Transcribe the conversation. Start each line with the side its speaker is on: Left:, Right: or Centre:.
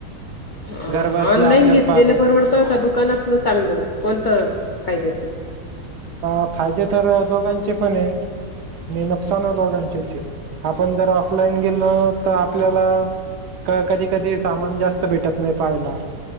Left: अ
Right: घर बसल्या
Left: ऑनलाईन
Right: आपल्याला
Left: घेतलेलं
Right: पाहत
Left: परवड त का दुकानातलं चांगलं, कोणतं फायद्याचं
Right: हा फायदे तर दोघांचे पण हे आणि नुकसान ही दोघांचेच आपण जर ऑफलाईन गेलो तर आपल्याला कधी कधी सामान जास्त भेटत नाही पहायला,